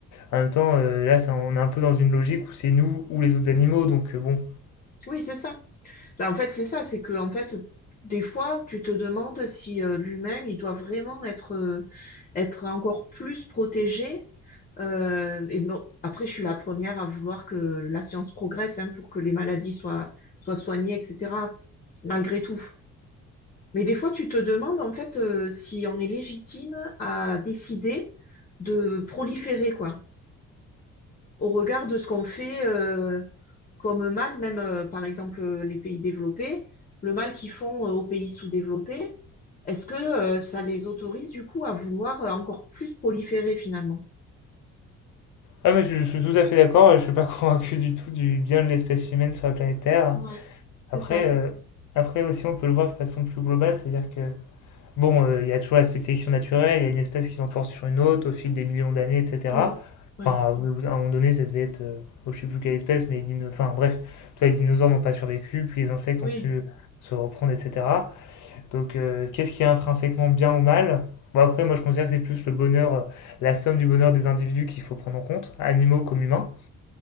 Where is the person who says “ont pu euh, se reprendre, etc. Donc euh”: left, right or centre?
Left